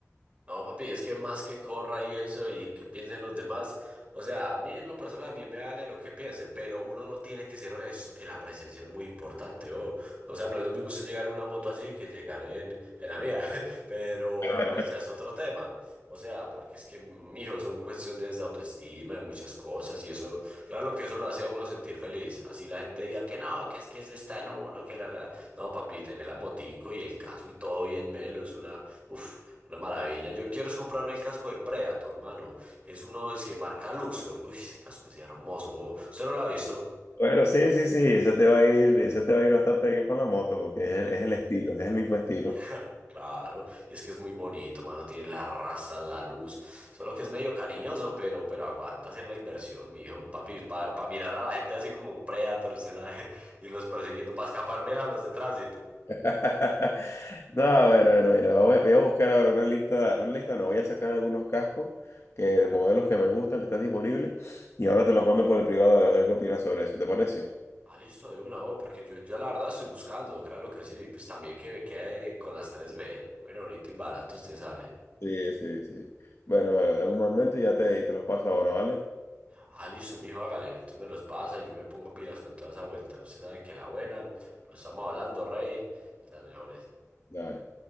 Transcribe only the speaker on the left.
ya.
Bueno, sí, sí, sí, ese te va a ir, ese te va a ir bastante bien con la moto, porque es el, es el estilo, es el mismo estilo.
<laughs> No, bueno, bueno, mira, voy a, voy a buscar ahora una lista, una lista no, voy a sacar algunos cascos que, de modelos que me gustan, que están disponibles, y ahora te los mando por el privado a ver qué opinas sobre eso, ¿te parece?
Sí, sí, sí. Bueno, en un momento ya te, te los paso ahora, ¿vale?
Dale.